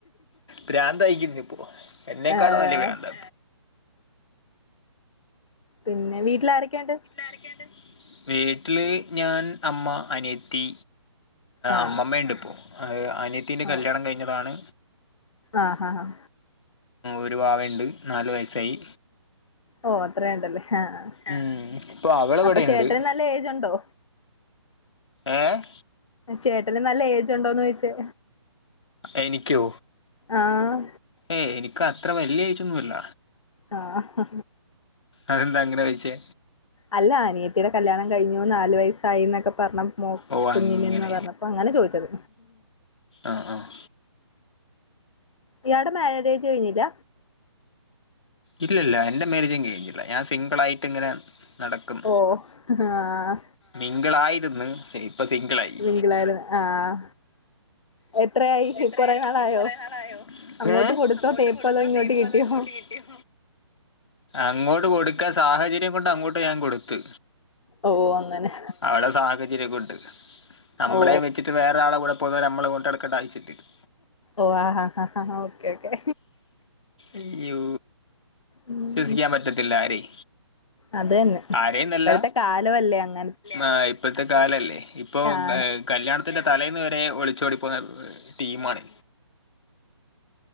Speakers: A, on the left (about 70°); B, on the left (about 85°).
A: പ്രാന്തയിക്കുന്നു ഇപ്പോ എന്നെക്കാളും
B: ഏഹ്
A: വലിയ പ്രാന്താ
B: പിന്നെ വീട്ടിലാരൊക്കെയൊണ്ട്
A: ആരൊക്കെയൊണ്ട് വീട്ടിൽ ഞാൻ അമ്മ അനിയത്തി
B: ആഹ്
A: അമ്മമ്മ ഉണ്ട് ഇപ്പോൾ അ അനത്തിന്റെ
B: ഓ
A: കല്യാണം കഴിഞ്ഞതാണ്
B: ആഹ് ആഹ്
A: ഒരു വാവണ്ട് നാലു വയസ്സായി
B: ഓ അത്ര ഉണ്ടല്ലേ ആഹ്
A: ഉം ഇപ്പൊ അവളിവിടെയുണ്ട്
B: അപ്പൊ ചേട്ടന് നല്ല ഏജ് ഉണ്ടോ
A: ഏഹ്
B: ചേട്ടന് നല്ല ഏജ് ഉണ്ടോന്ന് ചോദിച്ചാ
A: എനിക്കോ
B: ആഹ്
A: ഏ എനിക്ക് അത്ര വല്യ ഏജൊന്നുംല്ല
B: ആഹ്
A: അതെന്താ അങ്ങനെ ചോദിച്ചേ
B: അല്ല അനിയത്തിയുടെ കല്യാണം കഴിഞ്ഞു നാല് വയസായിന്നൊക്കെ പറഞ്ഞ് മ
A: ഓ
B: കുഞ്ഞിനന്ന്
A: അങ്ങനെ
B: പറഞ്ഞ് അപ്പ അങ്ങനെ ചോദിച്ചത്
A: ആഹ് ആഹ്
B: ഇയാടെ മാര്യേജ്ജ് കഴിഞ്ഞില്ല
A: ഇല്ല ഇല്ല എന്റെ മേറ്യേജ് കഴിഞ്ഞില്ല സിംഗിളായിട്ട്ങ്ങനെ നടക്കും
B: ഓ ആഹ്
A: മിംഗിളായിരുന്നു ഇപ്പൊ സിങ്ക്ളായി
B: സിംഗിളായിരുന്നു ആഹ് എത്രയായി
A: എത്രയായി
B: കൊറെ നാളായോ
A: കൊറെേ നാളായോ
B: അങ്ങോട്ട്
A: ആ
B: കൊടുത്തോ
A: അങ്ങോട്ട്
B: തേപ്പ്
A: കൊടുത്തോ
B: അതോ ഇങ്ങോട്ട്
A: തേപ്പ്
B: കിട്ടിയോ
A: അതോ ഇങ്ങോട്ട് കിട്ടിയോ അങ്ങോട്ട് കൊടുക്ക സാഹചര്യം കൊണ്ട് അങ്ങോട്ട് ഞാൻ കൊടുത്ത്
B: ഓ അങ്ങനെ
A: അവളെ സാഹചര്യം കൊണ്ട് നമ്മളേ
B: ഓ
A: വെച്ചിട്ട് വേറെരാളെ കൂടെ അപ്പോ നമ്മൾ കൊണ്ടടുക്കണ്ട ആവശ്യല്ലല്ലൊ
B: ഓ ആഹ് ഹാ ഹാ ഓക്കേ ഓക്കേ
A: അയ്യോ
B: ഉം
A: വിസിക്കൻ പറ്റത്തില്ല ആരെം
B: അത് തന്നെ
A: ആരെന്നല്ല
B: ഇപ്പോഴത്തെ കാലമല്ലേ അങ്ങനത്തെ
A: ആ ഇപ്പത്തെ കാലല്ലേ ഇപ്പൊ
B: ആണ്
A: കല്യാണത്തിൻ്റെ തലേന്ന് വരെ ഒളിച്ചോടിപ്പോകുന്ന ടീമാണ്